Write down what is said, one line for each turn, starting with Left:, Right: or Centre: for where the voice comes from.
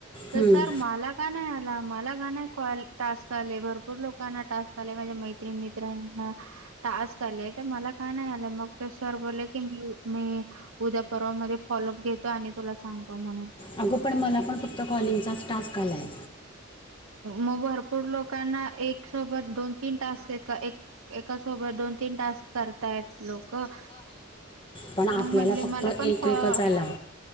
Right: तर
Left: हम्म.
Right: सर मला का नाही आला मला का नाही क टास्क आले भरपूर लोकांना टास्क आले म्हणजे मैत्री मित्रांना टास्क आले तर मला का नाही आले मग ते सर बोलले की मी मी उद्या परवा मध्ये फॉलोअप घेतो, आणि तुला सांगतो म्हणे.
Left: अगं, पण मला पण फक्त कॉलिंगचाच टास्क आलाय.
Right: मग भरपूर लोकांना एक सोबत दोन तीन टास्क एका एका सोबत दोन तीन टास्क करतायेत लोक. क
Left: पण आपल्याला
Right: मग, म्हटले
Left: फक्त
Right: मला
Left: एक
Right: पण फ अ
Left: एकच आला